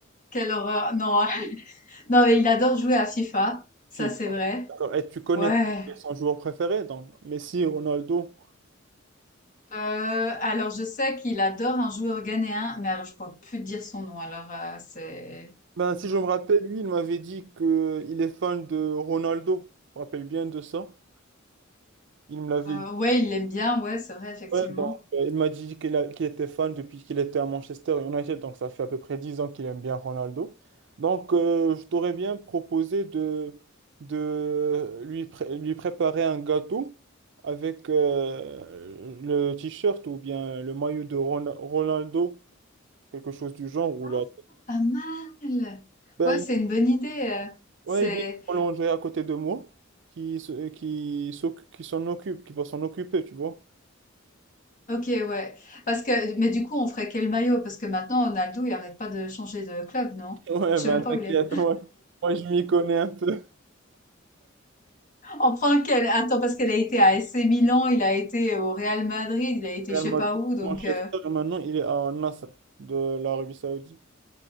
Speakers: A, on the left (about 40°); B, on the right (about 60°).
A: Quelle horreur! Non, <laughs> non mais il adore jouer à FIFA, ça
B: FIFA.
A: c'est vrai.
B: D'accord. Et tu connais
A: Ouais.
B: son joueur préféré, donc Messi, Ronaldo.
A: Euh, alors je sais qu'il adore un joueur ghanéen, mais alors, je pourrais plus te dire son nom. Alors euh, c'est
B: Ben, si je me rappelle, lui, il m'avait dit que il est fan de Ronaldo. Je me rappelle bien de ça. Il me l'avait
A: euh,
B: dit.
A: ouais, il l'aime bien, ouais, c'est vrai effectivement.
B: Ouais, donc, euh, il m'a dit qu'il a- qu'il était fan depuis qu'il était à Manchester United. Donc, ça fait à peu près 10 ans qu'il aime bien Ronaldo. Donc, euh, je t'aurais bien proposé de, de lui, pré- lui préparer un gâteau avec euh, le t-shirt ou bien le maillot de Ron- Ronaldo, quelque chose du genre, ou
A: Ah,
B: la...
A: Pas mal.
B: Ben,
A: Ouais, c'est une bonne idée. euh,
B: Ouais,
A: C'est
B: il est prolongé à côté de moi, qui, se- euh, qui, s'oc- qui s'en occupe, qui va s'en occuper, tu vois.
A: OK, ouais. Parce que, mais du coup, on ferait quel maillot? Parce que maintenant, Ronaldo, il arrête pas de changer de club, non?
B: <laughs> Ouais,
A: Je
B: ben
A: sais même
B: t'inquiète,
A: pas où il est.
B: moi, moi je m'y connais un peu.
A: On prend quel Attends, parce qu'il a été à AC Milan, il a été au Real Madrid, il a été
B: Real
A: je sais
B: Madrid,
A: pas où, donc
B: Manchester,
A: euh,
B: maintenant il est à Al-Nassr de l'Arabie Saoudite.